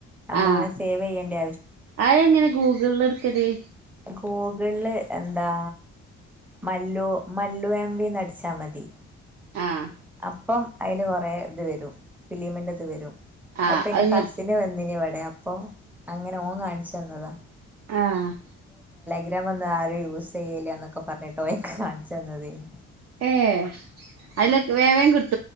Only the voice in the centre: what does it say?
നമ്മളിങ്ങനെ
സേവ് ചെയ്യേണ്ട
ഗൂഗിള്ല് എന്താ മല്ലു മല്ലു എം വി ന്നടിച്ചാ മതി.
അപ്പം അയ്ല് കൊറെ ഇത് വരും ഫിലീമിന്റെ ഇത് വരും.
അപ്പൊ ന്റെ
കസിന് വന്നീന് ഇവിടെ അപ്പൊ അങ്ങനെ ഓൻ കാണിച്ചുന്നതാ.
ഗ്രമൊന്നും ആരും യൂസെയ്യുല്ല എന്നൊക്കെ പറഞ്ഞിട്ട് ഓൻക്ക് കാൺച്ചന്നതെയ്നു